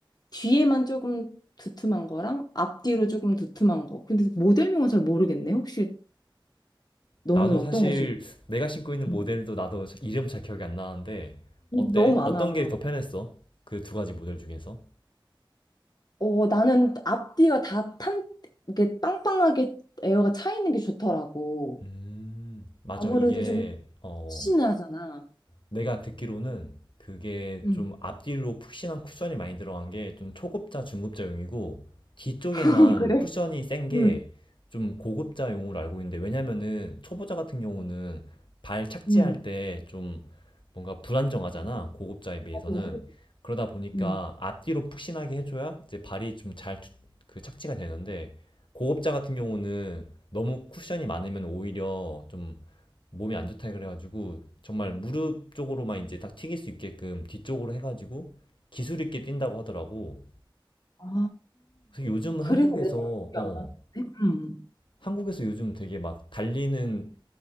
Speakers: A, on the left; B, on the left.
A: 뒤에만 조금 두툼한 거랑 앞뒤로 조금 두툼한 거. 근데 모델명은 잘 모르겠네. 혹시 너는
B: 나도
A: 어떤
B: 사실
A: 것인가?
B: 내가 신고 있는
A: <laughs>
B: 모델도 나도 자- 이름 잘 기억이 안 나는데 어때?
A: 너무 많아.
B: 어떤 게 더 편했어? 그 두 가지 모델 중에서?
A: 어, 나는 앞뒤가 다 탄, 이게 빵빵하게 에어가 차 있는 게 좋더라고.
B: 음, 맞아.
A: 아무래도
B: 이게
A: 좀
B: 어
A: 신하잖아.
B: 내가 듣기로는 그게
A: 응.
B: 좀 앞뒤로 푹신한 쿠션이 많이 들어간 게 좀 초급자, 중급자용이고 뒤쪽에만
A: <laughs> 그래?
B: 쿠션이 센게
A: 응.
B: 좀 고급자용으로 알고 있는데 왜냐면은 초보자 같은 경우는 발 착지할
A: 응.
B: 때 좀 뭔가 불안정하잖아. 고급자에 비해서는.
A: 나도 모르-
B: 그러다 보니까
A: 응.
B: 앞뒤로 푹신하게 해줘야 이제 발이 좀 잘 그 착지가 되는데 고급자 같은 경우는 너무 쿠션이 많으면 오히려 좀 몸이 안 좋다 그래가지고 정말 무릎 쪽으로만 이제 딱 튀길 수 있게끔 뒤쪽으로 해가지고 기술 있게 뛴다고 하더라고.
A: 아,
B: 그래서 요즘은
A: 그래서
B: 한국에서
A: 내가
B: 어
A: 기억이 안 나는데? 응.
B: 한국에서 요즘 되게 막 달리는